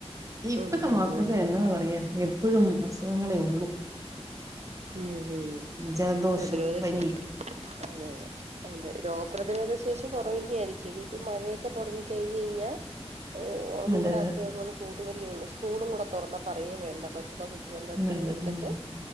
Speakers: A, on the right; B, on the right.
A: ഇപ്പത്തെ
B: ഉം ഉം
A: മക്കൊക്കെന്നാ
B: ഉം
A: പറയാ എ പ്പഴും അസുഖങ്ങളേ ഒള്ളൂ.
B: ഉം ഉം
A: ജലദോഷവും
B: പ്രതിരോധശേ
A: പനിയും
B: അതെ യതെ. അതെ രോഗപ്രതിരോധ ശേഷി കൊറവെന്നേയിരിക്കും ഇനിയിപ്പം മഴയെക്കെ തൊടങ്ങി കഴിഞ്ഞഴിഞ്ഞാ ഏഹ് ഒന്നും
A: അതെ
B: കൂടെ
A: അതെ
B: അസുഖങ്ങള് കൂടുവല്ലേ ഒള്ളൂ സ്കൂളും കൂടെ തൊറന്ന പറയേ വേണ്ട മറ്റുള്ള കു ട്ടികള്ടെ അട്ത്ത്
A: വേണ്ട
B: പോയിര്ന്ന്ട്ട്
A: ഉം